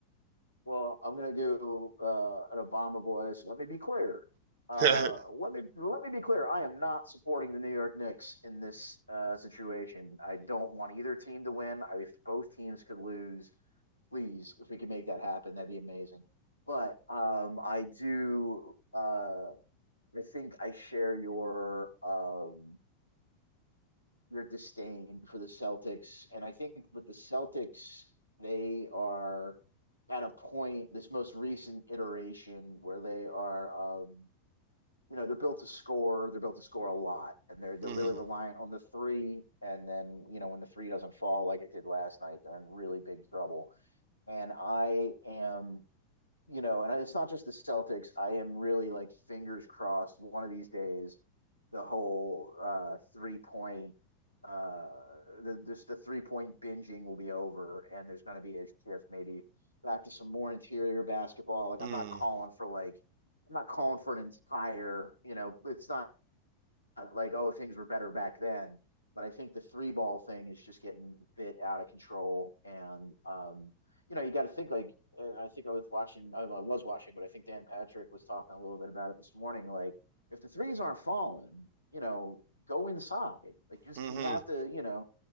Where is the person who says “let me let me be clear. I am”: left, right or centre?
Left